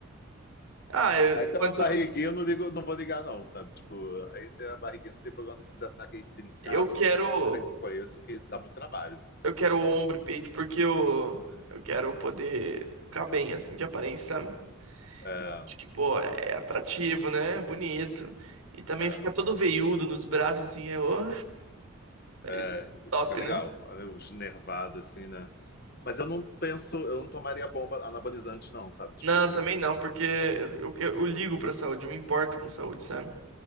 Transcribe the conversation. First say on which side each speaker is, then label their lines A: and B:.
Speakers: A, on the right; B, on the left.
A: Ah, eu,
B: aí tem
A: quanto
B: uma barriguinha, eu não ligo, não vou ligar, não, sabe? Tipo, aí tem a barriguinha, não tem problema, não precisa estar aquele trincado,
A: eu quero
B: porque eu, a galera que eu conheço que dá muito trabalho.
A: Eu quero ombro e peito porque eu, eu quero poder ficar bem, assim, de aparência, sabe?
B: É,
A: Acho que, pô, é atrativo, né? Bonito. E também
B: é,
A: ficar todo veiudo nos braços, assim, é, ô,
B: é,
A: é
B: isso
A: top,
B: fica legal.
A: né?
B: Olha os nervados, assim, né? Mas eu não penso, eu não tomaria bomba anabolizante, não, sabe? Tipo,
A: Não, também não, porque eu, eu, que- eu ligo pra saúde, eu me importo com saúde, sabe?